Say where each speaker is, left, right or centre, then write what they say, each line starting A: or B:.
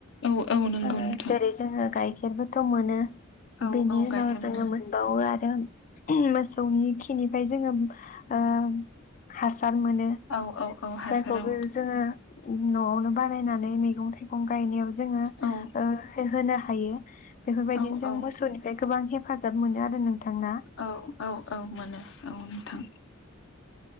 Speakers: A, on the left; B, on the left.
A: औ औ नंगौ
B: ओ
A: नोंथां
B: जेरै जों गाय खेरबोथ' मोनो।
A: औ
B: बेनि
A: औ गाइखेर
B: उनाव
A: मोनो
B: जोङो मोनबावो आरो मोसौनि खिनिफ्राय जोङो ओ हासा सार मोनो
A: औ औ औ
B: जायखौबो
A: हासार औ
B: जोङो न'आवनो बानायनानै मैगं थाइगं गं गायनायाव जोङो
A: औ
B: ओ होहोनो हायो। बेफोरबायदिनो
A: औ
B: जों
A: औ
B: मोसौनिफाय गोबां हेफाजाब मोनो आरो नोंथां ना
A: औ औ औ मोनो औ नोंथां।